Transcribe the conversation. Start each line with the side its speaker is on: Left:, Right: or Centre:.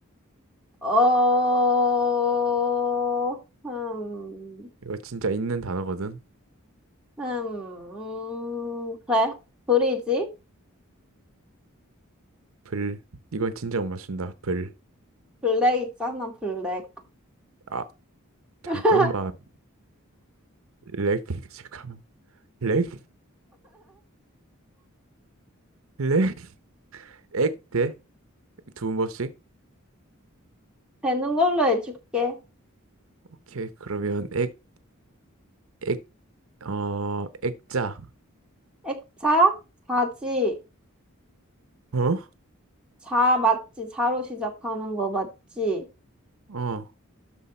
Centre: 어, 음,
Right: 이거 진짜 있는 단어거든.
Centre: 음, 음, 그래. 불이지?
Right: 불. 이건 진짜 못 맞춘다. 불.
Centre: 블랙 있잖아, 블랙.
Right: 아, 잠깐만.
Centre: <laughs>
Right: 렉, <laughs> 잠깐만. 렉, 렉, 액, 대. 두 번씩?
Centre: 되는 걸로 해줄게.
Right: 오케이. 그러면 액, 액, 어, 액자.
Centre: 액차, 자지,
Right: 어?
Centre: 자 맞지? 자로 시작하는 거 맞지?
Right: 어,